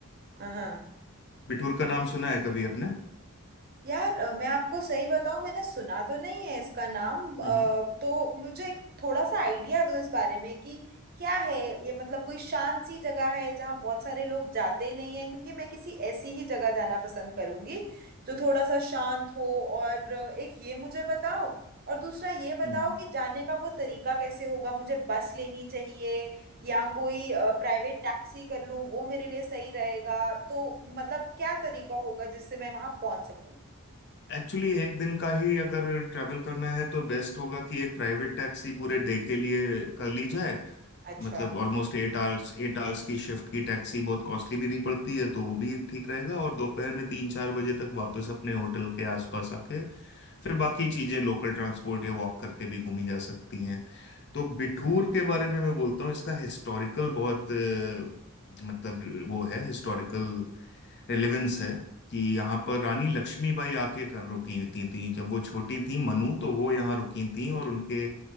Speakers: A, on the right; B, on the left.
A: हाँ हाँ।
B: बिठूर का नाम सुना है कभी आपने
A: यार अ, मैं आपको सही बताऊं मैंने सुना तो नहीं है इसका नाम अ,
B: हम्म
A: तो मुझे एक थोड़ा सा आइडिया दो इस बारे में कि क्या है ये मतलब कोई शांत सी जगह है जहाँ बहुत सारे लोग जाते ही नहीं हैं क्योंकि मैं किसी ऐसी ही जगह जाना पसंद करूंगी जो थोड़ा सा शांत हो और अ, एक ये मुझे बताओ और दूसरा ये बताओ
B: हम्म
A: कि जाने का वो तरीका कैसे होगा मुझे बस लेनी चाहिए या कोई प्राइवेट टैक्सी कर लूं वो मेरे लिए सही रहेगा तो मतलब क्या तरीका होगा जिससे मैं वहां पहुंच सकूं
B: एक्चुअली एक दिन का ही अगर ट्रैवल करना है तो बेस्ट होगा कि एक प्राइवेट टैक्सी पूरे डे के लिए कर ली जाए
A: अच्छा
B: मतलब ऑलमोस्ट एट आवर्स एट आवर्स की शिफ्ट की टैक्सी बहुत कॉस्टली भी नहीं पड़ती है तो वो भी ठीक रहेगा और दोपहर में तीन चार बजे तक वापस अपने होटल के आसपास आके फिर बाकी चीजें लोकल ट्रांसपोर्ट या वॉक करके भी घूमी जा सकती हैं तो बिठूर के बारे में मैं बोलता हूँ इसका हिस्टोरिकल बहुत अ, मतलब वो है हिस्टोरिकल रेलेवेंस है कि यहाँ पर रानी लक्ष्मीबाई आके क- रुकी थी, थी जब वो छोटी थी मनु तो वो यहाँ रुकी थी और उनके